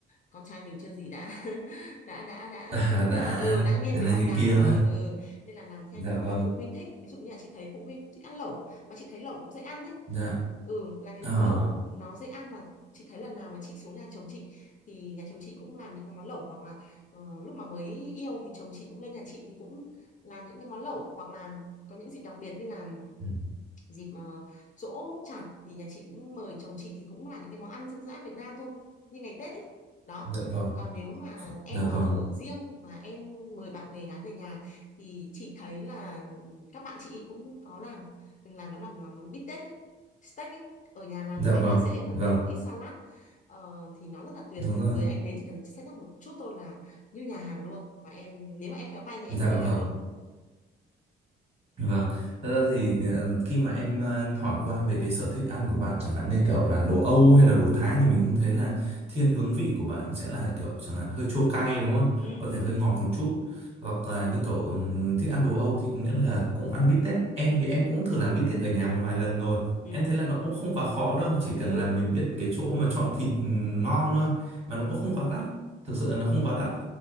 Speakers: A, on the left (about 40°); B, on the right (about 30°).
A: con trai mình chưa gì đã <laughs> đã đã đã
B: à,
A: đã
B: đã
A: ừ đã nghiêng
B: thế
A: về
B: này
A: bạn
B: thế
A: gái
B: kia
A: rồi.
B: rồi.
A: Ừ nên là làm theo
B: Dạ
A: những món
B: vâng.
A: mà phụ huynh thích ví dụ như là chị thấy phụ huynh cũng thích ăn lẩu mà chị thấy lẩu cũng dễ ăn đấy
B: Dạ.
A: ừ là cái
B: À.
A: món lẩu nó dễ ăn mà chị thấy lần nào mà chị xuống nhà chồng chị thì nhà chồng chị cũng làm những cái món lẩu hoặc là ờ, lúc mà mới yêu thì chồng chị cũng lên nhà chị thì cũng làm những cái món lẩu hoặc là có những dịp đặc biệt như là
B: ừ,
A: dịp uh, giỗ chạp thì nhà chị cũng mời chồng chị thì cũng là những cái món ăn dân dã Việt Nam thôi như ngày Tết ấy đó
B: Dạ vâng.
A: còn nếu mà em
B: Dạ
A: mà
B: vâng,
A: ở riêng mà em mời bạn về gái về nhà thì chị thấy là các bạn chị cũng có làm làm nó làm làm món bít tết ấy steak ấy ở nhà làm
B: dạ
A: khá
B: vâng,
A: là dễ và
B: vâng,
A: thêm một ít salad Ờ, thì nó rất là tuyệt
B: đúng
A: và
B: rồi,
A: dưới ánh nến chỉ cần set up một chút thôi là như nhà hàng luôn và em nếu mà em khéo tay thì em
B: dạ
A: có thể
B: vâng,
A: làm được
B: vâng. Thật ra thì ờ, khi mà em ờ, hỏi qua về cái sở thích ăn của bạn chẳng hạn như kiểu là đồ Âu hay là đồ Thái thì mình cũng thấy là thiên hướng vị của bạn sẽ là kiểu chẳng hạn hơi chua cay đúng không?
A: ừ
B: Có
A: ừ
B: thể hơi ngọt một chút. Hoặc là như kiểu ừm, thích ăn đồ Âu thì có nghĩa là cũng ăn bít tết. Em thì em cũng thử làm bít tết ở nhà một vài lần rồi.
A: ừ
B: Em thấy là nó cũng không quá khó đâu, chỉ cần
A: ừ,
B: là mình biết cái chỗ mà chọn thịt ừm, ngon thôi, mà nó cũng không quá đắt. Thực sự là nó không quá đắt